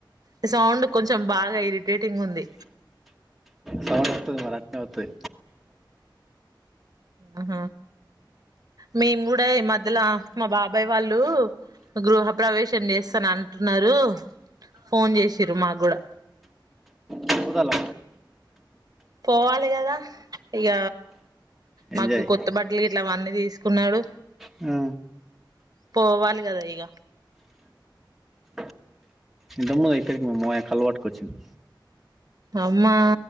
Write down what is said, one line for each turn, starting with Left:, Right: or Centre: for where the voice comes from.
Right: ఔ సౌండ్ కొంచెం బాగా ఇరిటేటింగుంది
Centre: సౌండొత్తది మర అట్నే వత్తది
Right: ఆహ మేము గూడ ఈ మధ్యల మా బా బాబొయ్ వాళ్ళూ గృహ ప్రవేశం జేస్తనంటన్నారు ఫోన్ జేషిర్రు మా గూడా
Centre: పోదళ్ల
Right: పోవాలె గదా ఇగ
Centre: ఎంజాయ్
Right: మాకు కొత్త బట్టలు గిట్లా అవన్నీ తీస్ కున్నాడు
Centre: ఉ
Right: పోవాలి గదా ఇగ
Centre: ఆ ఇంతక ముందు ఇక్కడికి మా మామయ్య కళ్ళు పట్టుకొచ్చిండు
Right: అమ్మా